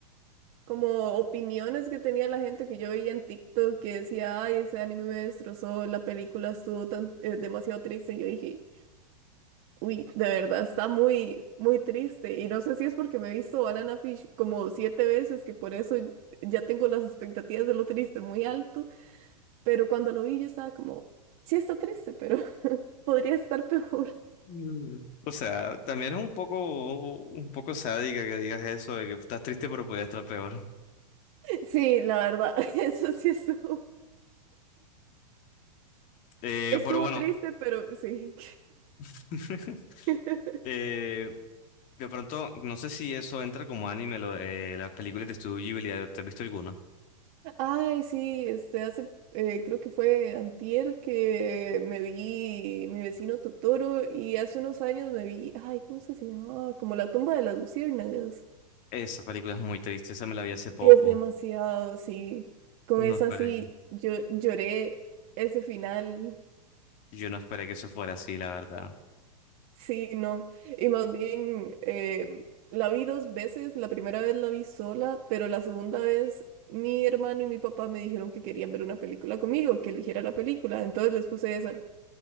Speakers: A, on the right (about 45°); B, on the left (about 40°).
A: como opiniones que tenía la gente que yo veía en TikTok que decía, ay, ese anime me destrozó, la película estuvo tan, eh, demasiado triste, yo dije, uy, de verdad, está muy, muy triste. Y no sé si es porque me he visto Banana Fish como siete veces, que por eso ya tengo las expectativas de lo triste muy alto. Pero cuando lo vi yo estaba como, sí está triste, pero <laughs> podría estar peor.
B: Mm. O sea, también es un poco, un poco sádica que digas eso, de que estás triste pero podías estar peor.
A: Sí, la verdad, <laughs> eso sí estuvo,
B: Eh,
A: estuvo
B: pero bueno,
A: triste, pero sí.
B: <laughs>
A: <laughs>
B: eh, de pronto, no sé si eso entra como anime, lo de las películas de Estudio Ghibli, ¿te has visto alguna?
A: Ay, sí, este hace, eh, creo que fue antier que me vi mi vecino Totoro y hace unos años me vi, ay, ¿cómo es que se llamaba? Como la tumba de las luciérnagas.
B: Esa película es muy triste, esa me la vi hace poco.
A: Es demasiado, sí. Con esa
B: No esperé,
A: sí, yo lloré ese final.
B: yo no esperé que eso fuera así, la verdad.
A: Sí, no. Y más bien, em, la vi dos veces. La primera vez la vi sola, pero la segunda vez mi hermano y mi papá me dijeron que querían ver una película conmigo, que eligiera la película. Entonces les puse esa.